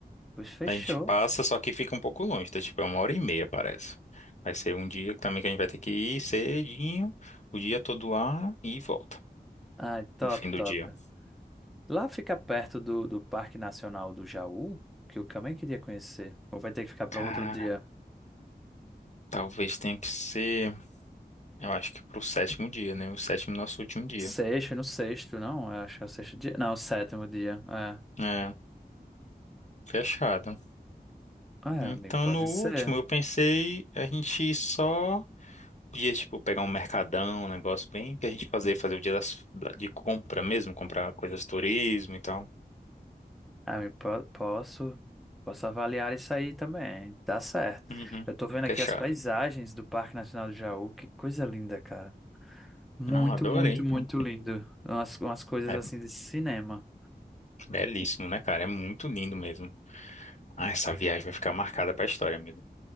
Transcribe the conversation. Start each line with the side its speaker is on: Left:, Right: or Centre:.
Centre: Pois fechou.
Left: A gente passa, só que fica um pouco longe, tá? Tipo, é uma hora e meia, parece. Vai ser um dia também que a gente vai ter que ir cedinho, o dia todo lá e volta
Centre: Ai, top,
Left: no fim do
Centre: top.
Left: dia.
Centre: Lá fica perto do, do Parque Nacional do Jaú, que eu também queria conhecer. Ou vai ter que ficar para
Left: Cara,
Centre: outro dia?
Left: talvez tenha que ser, eu acho que pro sétimo dia, né? O sétimo nosso último dia.
Centre: Sexto, no sexto, não? Eu acho que é o sexto dia. Não, o sétimo dia. É.
Left: É, fechado.
Centre: Ah, É,
Left: Então,
Centre: amigo, pode
Left: no último,
Centre: ser.
Left: eu pensei a gente ir só dias tipo, pegar um mercadão, um negócio bem que a gente fazer, fazer o dia das, da- de compra mesmo, comprar coisas de turismo e tal.
Centre: Ah, Amigo, po- posso, posso avaliar isso aí também. Tá certo.
Left: Uhum.
Centre: Eu tô vendo aqui
Left: Fechado.
Centre: as paisagens do Parque Nacional do Jaú. Que coisa linda, cara. Muito,
Left: Não, adorei,
Centre: muito,
Left: então.
Centre: muito lindo. Umas, umas coisas
Left: É
Centre: assim de cinema.
Left: belíssimo, né, cara? É muito lindo mesmo. Ah, essa viagem vai ficar marcada pra história, amigo.